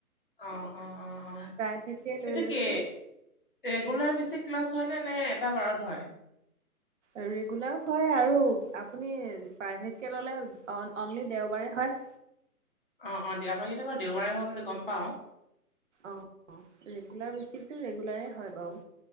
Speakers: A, on the left; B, on the right.
A: অ অ অ অ
B: প্ৰাইভেটকে
A: সেইটো
B: লৈ লৈছো
A: কি, ৰেগুলাৰ বেছিক ক্লাছ হয় নে, নে এটা বাৰত হয়?
B: ৰেগুলাৰ হয় আৰু আপুনি প্ৰাইভেটকে ল'লে অন অনলি দেওবাৰে হয়।
A: অ অ দিয়া ভাৰি হতৰ বাৰু দেওবাৰে হয় বুলি গম পাওঁ।
B: অ অ ৰেগুলাৰ বেচিকটো ৰেগুলাৰেই হয় বাৰু,